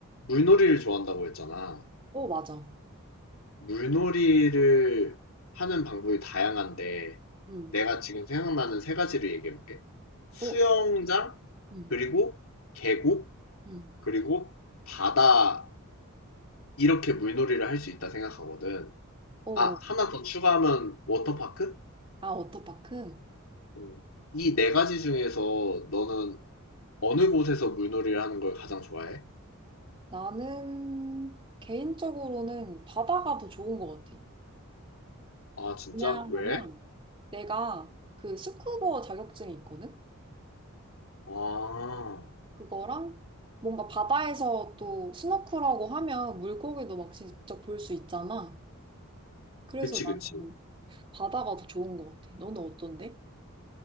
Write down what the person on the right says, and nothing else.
어, 맞아.
응.
어, 응.
응.
어.
어.
아, 워터파크?
나는 개인적으로는 바다가 더 좋은 것 같아.
왜냐하면
내가 그 스쿠버 자격증이 있거든?
그거랑 뭔가 바다에서 또 스노클하고 하면 물고기도 막 직접 볼 수 있잖아. 그래서
나는 바다가 더 좋은 것 같아. 너는 어떤데?